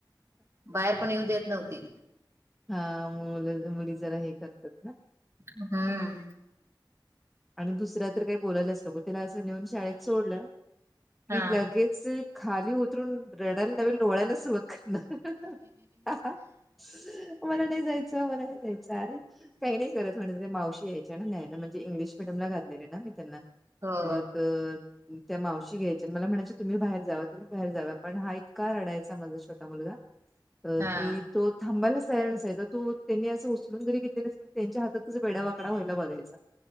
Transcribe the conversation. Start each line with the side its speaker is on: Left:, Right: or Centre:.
Right: बाहेर पण येऊ देत नव्हती.
Centre: हा मुलं मुली जरा हे करतात ना
Right: हम्म.
Centre: आणि दुसरा तर काही बोलायलाच नको त्याला असं नेऊन शाळेत सोडलं
Right: हा
Centre: की लगेच खाली उतरून रडायला नवीन लोळायला सुरूवात कर मला नाही जायच जा मला नाही जायचं, अरे काही नाही करत म्हणे त्या मावशी यायच्या ना न्यायला म्हणजे इंग्लिश ला घातले ना मी त्यांना
Right: हो
Centre: मग त्या मावशी घ्यायच्या आणि मला म्हणायच्या तुम्ही बाहेर जावा बाहेर जाव पण हा इतका रडायचा माझा छोटा मुलगा
Right: हा
Centre: की तो थांबायलाच तयार नसायचा तो त्यांनी असं उचलून जरी घेतलेलं असेल तरी त्यांच्या हातात अस वेडावाकडा व्हायला बघायचा